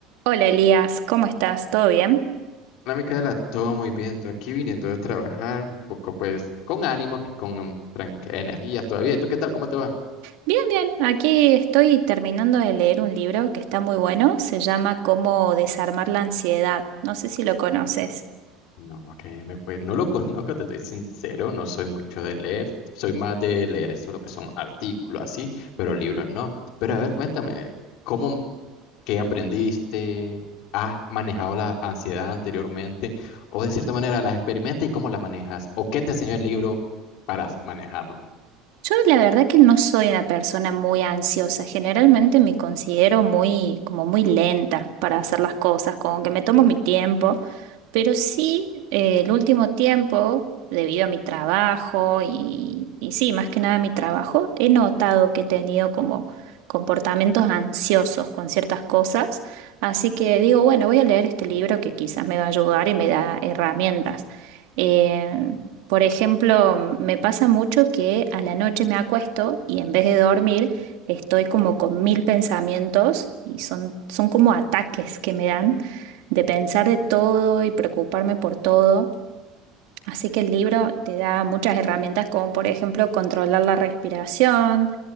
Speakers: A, on the right; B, on the left.
A: Hola Elías, ¿cómo estás? ¿Todo bien?
B: Hola Micaela, todo muy bien. Tú aquí viniendo de trabajar un poco pues con ánimo, aquí con um, tranqui- energías todavía. ¿Y tú qué tal? ¿Cómo te va?
A: Bien, bien. Aquí estoy terminando de leer un libro que está muy bueno. Se llama Cómo desarmar la ansiedad. No sé si lo conoces.
B: No, créeme, pues no lo conozco, te estoy sincero, no soy mucho de leer, soy más de leer esto lo que son artículos así, pero libros no. Pero a ver, cuéntame, ¿cómo que aprendiste? ¿Has manejado la ansiedad anteriormente? ¿O de cierta manera la experimentas y cómo la manejas? ¿O qué te enseñó el libro para manejarlo?
A: Yo la verdad que no soy una persona muy ansiosa. Generalmente me considero muy, como muy lenta para hacer las cosas, como que me tomo mi tiempo. Pero sí, eh, el último tiempo, debido a mi trabajo y, y sí, más que nada mi trabajo, he notado que he tenido como comportamientos ansiosos con ciertas cosas. Así que digo, bueno, voy a leer este libro que quizás me va a ayudar y me da herramientas. Eh, por ejemplo, me pasa mucho que a la noche me acuesto y en vez de dormir estoy como con mil pensamientos y son, son como ataques que me dan de pensar de todo y preocuparme por todo. Así que el libro te da muchas herramientas como por ejemplo controlar la respiración,